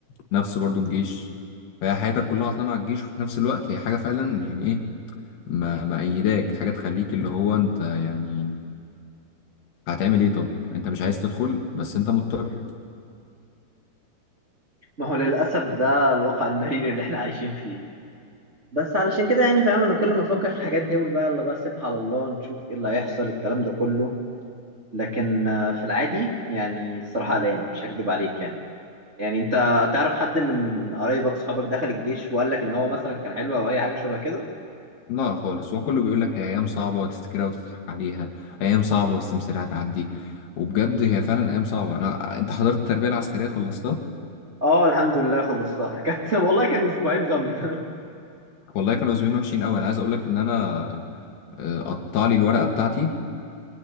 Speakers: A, on the left; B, on the right.
A: نفس برضه الجيش فهي حياتك كلها عطلانه على الجيش وفي نفس الوقت هي حاجه فعلا يعني ايه ما مأيداك حاجه تخليك اللي هو انت يعني هتعمل ايه طب انت مش عايز تدخل بس انت مضطر
B: ما هو للاسف ده الواقع المرير اللي احنا عايشين فيه بس علشان كده يعني فاهم انا كل ما افكر في الحاجات دي اقول بقى يلا بقى سيبها على الله نشوف ايه اللي هيحصل الكلام ده كله لكن آه، في العادي يعني الصراحة قلقان مش هكدب عليك يعني يعني انت تعرف حد من قرايبك صحابك دخل الجيش وقال لك ان هو مثلا كان حلو او اي حاجة شبه كده
A: لا خالص هو كله بيقول لك هي ايام صعبه وتفتكرها وتضحك عليها ايام صعبه بس مصيرها هتعدي وبجد هي فعلا ايام صعبه انا انت حضرت التربيه العسكريه خلصتها
B: اه الحمد لله خلصتها <laughs> كانت والله كان اسبوعين غم <laughs>
A: والله كانوا زمان وحشين قوي انا عايز اقول لك ان انا آه، قطع لي الورقه بتاعتي